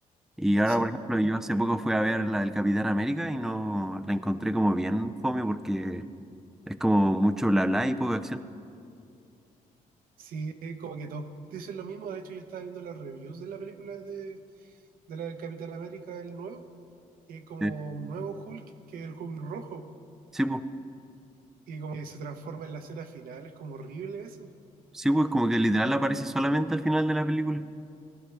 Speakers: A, in the centre; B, on the right.
A: Y ahora,
B: Sí,
A: por ejemplo, yo hace poco fui a ver la del Capitán América y no la encontré como bien fome porque es como mucho bla bla y poca acción.
B: sí, como que todos dicen lo mismo. De hecho, yo estaba viendo las reviews de la película de, de la del Capitán América, el nuevo, y es como
A: Eh,
B: un nuevo Hulk, que es el Hulk rojo.
A: Sí, pues,
B: Y como que se transforma en la escena final, es como horrible eso.
A: sí, pues como que literal aparece solamente al final de la película.